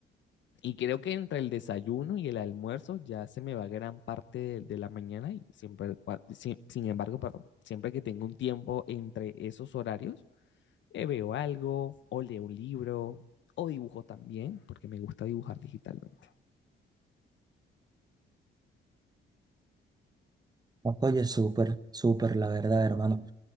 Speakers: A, on the left (about 65°); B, on the right (about 20°).
A: Y creo que entre el desayuno y el almuerzo ya se me va gran parte de, de la mañana y siempre, cua- sin, sin embargo, perdón, siempre que tengo un tiempo entre esos horarios, eh, veo algo, o leo un libro, o dibujo también, porque me gusta dibujar digitalmente.
B: Oye, súper, súper, la verdad, hermano.